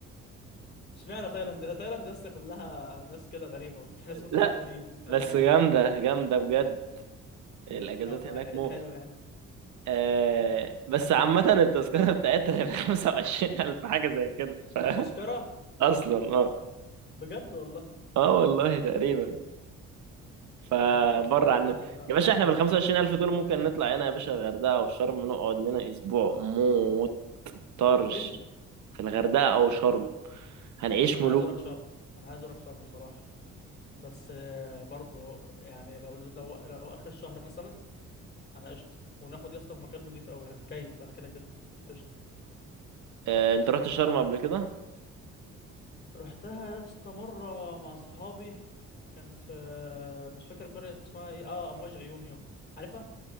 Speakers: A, on the left; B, on the right.
A: اشمعنى تايلاند تايلاند يا اسطى كلها ناس كده غريبه وبتاع <laughs> ناس متحولين
B: لا
A: وبتاع
B: بس جامده جامده بجد الاجازات
A: طب ما
B: هناك
A: ايه
B: موت
A: الحلو يعني
B: آه بس عامة التذكرة بتاعتنا هي بخمسة <laughs> وعشرين ألف حاجة زي كده <laughs>
A: التذكره
B: أصلا اه
A: بجد والله
B: اه والله تقريبا فبره
A: طب ما دي قصه دي يا
B: عن
A: صاحبي لا
B: يا باشا احنا
A: لا
B: بال
A: لا
B: 25000 ألف دول ممكن نطلع هنا يا باشا الغردقة أو شرم نقعد لنا أسبوع موت طرش
A: فين
B: في الغردقة أو شرم هنعيش
A: انا
B: ملوك
A: عايز اروح شرم انا عايز اروح شرم صراحة بس آه، برضو يعني لو لو لو اخر الشهر مثلا انا قشطة وناخد يا اسطى في مكان نضيف قوي هتكيف انا كده كده قشطة
B: اه أنت رحت شرم قبل كده؟
A: رحتها يا اسطى مرة مع صحابي كان في مش فاكر قرية اسمها ايه اه امواج عيون يو عارفها